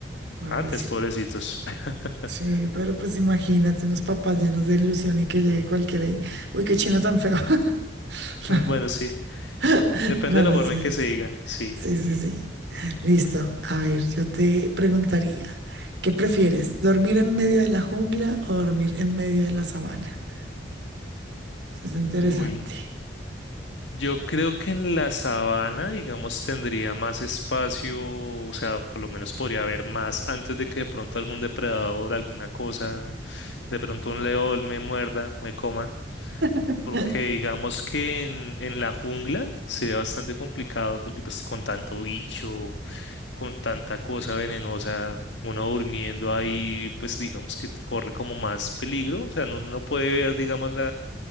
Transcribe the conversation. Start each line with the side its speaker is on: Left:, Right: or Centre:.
Right: Ay,
Left: Antes,
Right: sí.
Left: pobrecitos. <laughs>
Right: Sí, pero pues imagínate unos papás llenos de ilusión y que llegue cualquiera ahí. Uy, qué chino tan feo. <laughs> No,
Left: Bueno, sí,
Right: <laughs>
Left: depende
Right: no
Left: de
Right: lo
Left: la forma
Right: sé.
Left: en que se diga, sí.
Right: Sí, sí, sí. Listo. A ver, yo te preguntaría, ¿qué prefieres? ¿Dormir en medio de la jungla o dormir en medio de la sabana? Eso es interesante.
Left: Uy. Yo creo que en la sabana, digamos, tendría más espacio, o sea, por lo menos podría haber más antes de que de pronto algún depredador, alguna cosa, de pronto un león me muerda, me coma,
Right: <laughs>
Left: porque digamos que en, en la jungla sería bastante complicado porque pues con tanto bicho, con tanta cosa venenosa, uno durmiendo ahí, pues digamos que corre como más peligro, o sea, no, no puede ver, digamos,